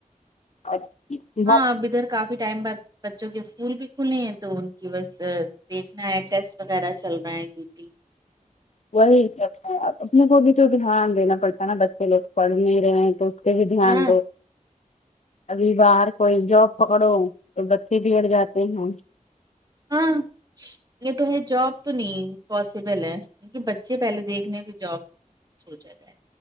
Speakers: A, on the left; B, on the right.
A: اچا
B: ہاں اب ادھر کافی ٹائم بعد بچوں کے اسکول بھی کھلے ہیں تو ان کی بس دیکھنا ہے ٹیسٹ وغیرہ چل رہا ہے یٹی
A: وہی اپنے کو بھی تو دھیان دینا پڑتا ہے نا بچے لوگ پڑھنے رہے ہیں تو بھی دھیان
B: ہاں
A: دو ابھی باہر کوئی جاب پکڑو اور بچے بگڑ جاتے ہیں
B: ہاں یہ تو یہ جاب تو نہیں پاسبل ہے کیونکہ بچے پہلے دیکھنے کی جاب سوچا جائے